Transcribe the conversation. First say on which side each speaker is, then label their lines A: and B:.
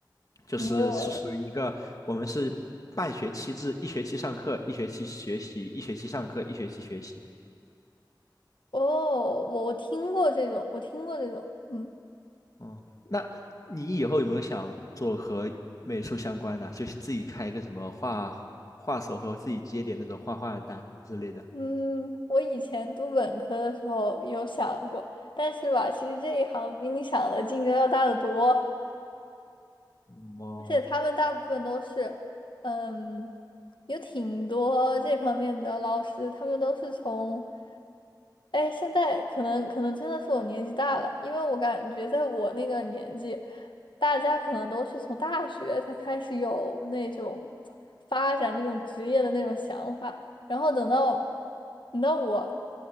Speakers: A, on the left; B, on the left.
A: 就是是属于一个我们是半学期制，
B: 没有哎。
A: 一学期上课，一学期学习，一学期上课，一学期学习。
B: 哦，我我听过这种，我听过这种，嗯
A: 哦，那你以后有没有想做和美术相关的，就是自己开一个什么画画手，或者自己接点那种画画的单之类的？
B: 嗯，我以前读本科的时候有想过，但是吧，其实这一行比你想的竞争要大得多。
A: 嗯哦，
B: 而且他们大部分都是，嗯，有挺多这方面的老师，他们都是从，哎，现在可能可能真的是我年纪大了，因为我感觉在我那个年纪，大家可能都是从大学才开始有那种发展这种职业的那种想法，然后等到等到我